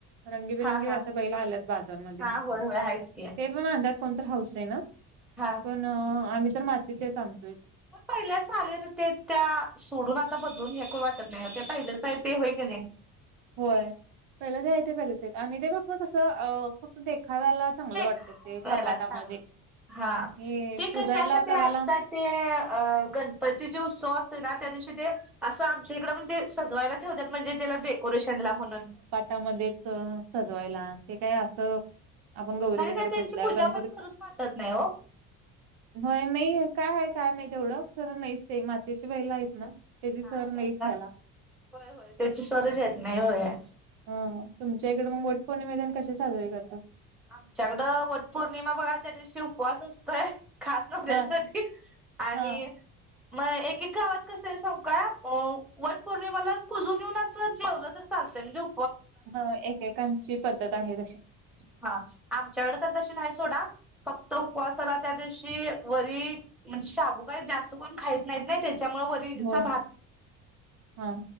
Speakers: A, on the right; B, in the centre.
A: रंगीबिरंगी
B: हा हा
A: आता बैला आल्यात बाजारमध्ये
B: हा होय होय आहेत की
A: ते पण आनल्यात कोणत हौसेन.
B: हा
A: पण आम्ही तर मातीचेच आनतोय
B: होय पहिल्याच चालीरीती येतं त्या सोडून आता बदलून हे नको वाटत नाही ते पहिलेच आहे ते होय की नाही
A: होय पहिले ज आहे ते पहिलेचेत आणि ते फक्त कसं फक्त देखाव्याला चांगलं वाटत
B: खायला
A: ते कपाटामध्ये
B: चांगलं हा
A: हे
B: ते
A: पूजायला
B: कशासाठी
A: करायला
B: आता ते अ गणपतीचे उत्सव असतो ना त्या दिवशी ते असं आमच्या इकडे पण तेच सजवायला ते ठेवतात म्हणजे त्याला डेकोरेशनला म्हणून
A: <inaudible> मध्येच सजवायला ते काय असं आपण गौरी
B: नाही
A: वगैरे
B: नाही त्यांची
A: पुजल्या
B: पूजा
A: गणपती
B: पण करूच वाटत नाही हो
A: होय नाही काय आहे काय माहिती तेवढं खरं नाहीच ते मातीची बैला आहेत ना त्याची
B: हा
A: चर नाहीच
B: त्यांना
A: त्याला.
B: होय होय त्याची सरच येत नाही होय
A: ह तुमच्या इकडे मग वट पौर्णिमेतेन कशी साजरी करतात
B: आमच्याकडं वट पौर्णिमा बघा त्या दिवशी उपवास असतोय ह खास नवऱ्यासाठी
A: हा
B: आणि
A: हा
B: मग एक- एक गावात कसं आहे सांगु का अ वट पौर्णिमाला पुजुन येऊन असं जेवलं तर चालतंय म्हणजे ऊ
A: ह एकेकांची पद्धत आहे तशी.
B: हा आमच्याकड तर तशी नाही सोडा, फक्त उपवासाला त्या दिवशी वरी म्हणजे शाबू काय जास्त कोण खाईत नाहीत नाही त्याच्यामुळं वरी रीचा
A: होय
B: भात
A: हा